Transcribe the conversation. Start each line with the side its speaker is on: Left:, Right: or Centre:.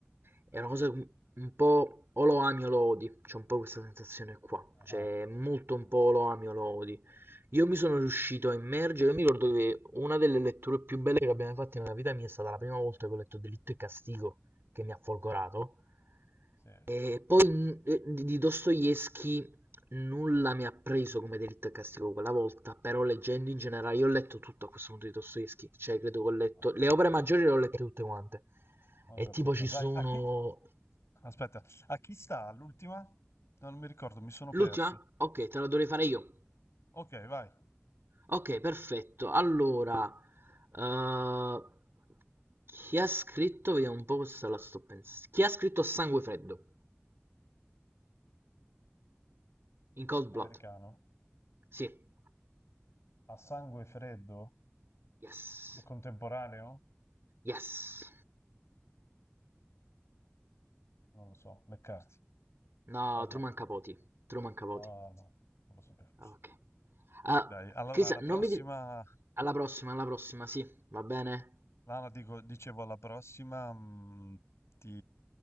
Right: È una cosa un un po' o lo ami o lo odi, c'è un po' questa sensazione qua.
Left: Ah-ah.
Right: Cioè, molto
Left: Mh.
Right: un po' o lo ami o lo odi. Io mi sono riuscito a immergere, io mi ricordo che una delle letture più belle che abbiamo fatto nella vita mia è stata la prima volta che ho letto Delitto e Castigo, che mi ha folgorato,
Left: Sì, sì.
Right: e poi n- eh, di di Dostoevsky nulla mi ha preso come Delitto e Castigo quella volta, però leggendo in generale, io ho letto tutto a questo punto di Dostoevsky, cioè credo che ho letto,
Left: Ah-ah.
Right: le opere maggiori le ho lette tutte quante,
Left: Ho
Right: e
Left: capito.
Right: tipo ci
Left: Dai,
Right: sono...
Left: a chi aspetta, a chi sta l'ultima? No, non mi ricordo, mi sono
Right: L'ultima?
Left: perso.
Right: Ok, te la dovrei fare io.
Left: Okay, vai.
Right: Ok, perfetto. Allora, eh, chi ha scritto, vediamo un po' questa la sto pensando. Chi ha scritto Sangue Freddo? In Cold Blood.
Left: Americano.
Right: Sì.
Left: A sangue freddo?
Right: Yes.
Left: Contemporaneo?
Right: Yes.
Left: Non lo so. McCarthy.
Right: No,
Left: Cormac
Right: Truman
Left: McCarthy.
Right: Capote. Truman Capote.
Left: Ah, no, non lo sapevo.
Right: Ah, Ok. Ah,
Left: Dai, allora
Right: Cristian,
Left: alla prossima
Right: non mi dire... Alla prossima, alla prossima, sì, va bene?
Left: no, no, dico dicevo alla prossima, mhmm, ti